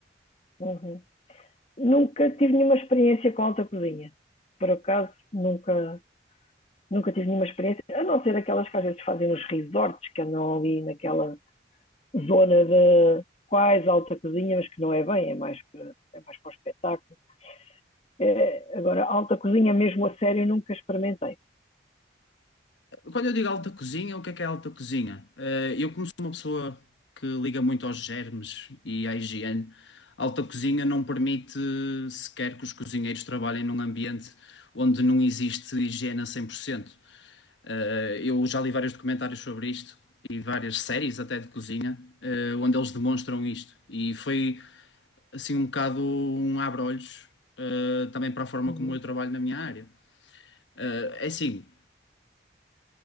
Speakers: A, on the left (about 35°); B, on the left (about 85°).
A: Uhum. Nunca tive nenhuma experiência com alta cozinha. Por acaso, nunca, nunca tive nenhuma experiência, a não ser aquelas que às vezes fazem nos resorts, que andam ali naquela zona de quase alta cozinha, mas que não é bem, é mais para, é mais para o espetáculo. É, agora, alta cozinha mesmo a sério nunca experimentei.
B: Quando eu digo alta cozinha, o que é que é alta cozinha? Eh, eu, como sou uma pessoa que liga muito aos germes e à higiene, alta cozinha não permite sequer que os cozinheiros trabalhem num ambiente onde não existe higiene a 100%. Eh, eu já li vários documentários sobre isto e várias séries até de cozinha, eh, onde eles demonstram isto. E foi assim um bocado um abre-olhos, eh, também para a forma
A: Uhum.
B: como eu trabalho na minha área. Eh, é assim.